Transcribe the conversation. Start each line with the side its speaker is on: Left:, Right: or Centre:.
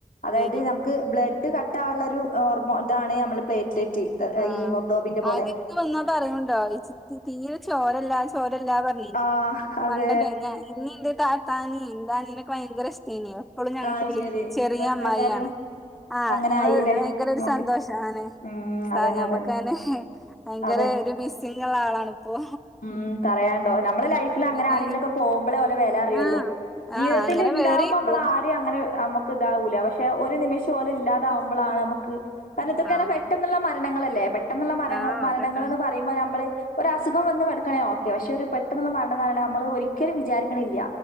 Left: അതായത്
Centre: വരും
Left: ഞമ്മ ക്ക് ബ്ലഡ് കട്ടാവാ ള്ളൊരു ഓർമോ ഇതാണ് നമ്മള പ്ലേറ്റ്ലെറ്റ്
Centre: ആ
Left: ഹീമോ ഗ്ലോബിന്റെ പോലെ
Centre: ആദ്യൊക്കെ വന്നാ പറയുണ്ടോ ഈ ചിത്തി തീരെ ചോരല്ല ചോരല്ല നേനി
Left: ആഹ് അതെ
Centre: പണ്ടൊക്കെ ഞ ഇഞ്ഞിം ഇന്റെ താത്താനിം ഇന്റെ അനിയനൊക്കെ ഭയങ്കര ഇഷ്ടേനി എപ്പളും ഞങ്ങക്ക്
Left: ആഹ്
Centre: വിളിക്കും
Left: ശെരി
Centre: ചെറിയ
Left: അതിപ്പോ
Centre: അമ്മായിയാണ്
Left: ഏതായാലും
Centre: ആ
Left: അങ്ങനെ
Centre: ഞമ്മള്
Left: ആയില്ലേ
Centre: ഭയങ്കര ഒര്
Left: നോക്കി
Centre: സന്തോഷം അങ്ങനെ
Left: ഉം
Centre: സാ
Left: അതന്നെ
Centre: ഞമ്മക്ക്
Left: അതന്നെ
Centre: അങ്ങനെ ഭയങ്കര
Left: അതെ
Centre: ഒര് മിസ്സിംഗ് ള്ള ആളാണിപ്പോ
Left: ഉം പറയണ്ടോ നമ്മള ലൈഫില് അങ്ങനെ
Centre: പിന്നെ
Left: ആരെങ്കിലും ഒക്കെ പോകുമ്പളെ ഓലെ വെല അറിയൊള്ളൂ
Centre: ആഹ്
Left: ജീവിതത്തിൽ
Centre: ആഹ് അങ്ങനെ
Left: ഉണ്ടാവുമ്പോ
Centre: വേറെണ്ട്
Left: നമ്മളാ ടിം അങ്ങനെ അമ്മ ക്ക് ഇതാവൂല പക്ഷെ ഒരു നിമിഷം ഓല് ല്ലാതാവുമ്പോളാണ് നമക്ക് കാരണം ഇതൊക്കെ
Centre: ആഹ്
Left: റഞ്ഞാ പെട്ടെന്നുള്ള മരണങ്ങളല്ലേ പെട്ടെന്നുള്ള മരങ്ങ
Centre: ആഹ്
Left: മരണങ്ങള്
Centre: പെട്ടെന്ന്
Left: ന്ന്പറയുമ്പോ നമ്മള് ഒര് അസുഖം വന്ന് കെടക്കാണേ ഓക്കെപക്ഷെ ഒര് പെട്ടെന്നുള്ള മരണംന്ന് റിണേ നമ്മള് ഒരിക്കലും വിചാരിക്ക്ണ്ല്ല